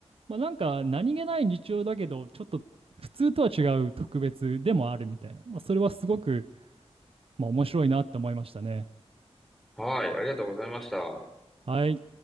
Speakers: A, on the right (about 60°); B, in the centre.
A: まあなんか何気ない日常だけど、ちょっと普通とは違う特別でもあるみたいな。まあそれはすごく、まあ、面白いなって思いましたね。
B: はい。ありがとうございました。
A: はい。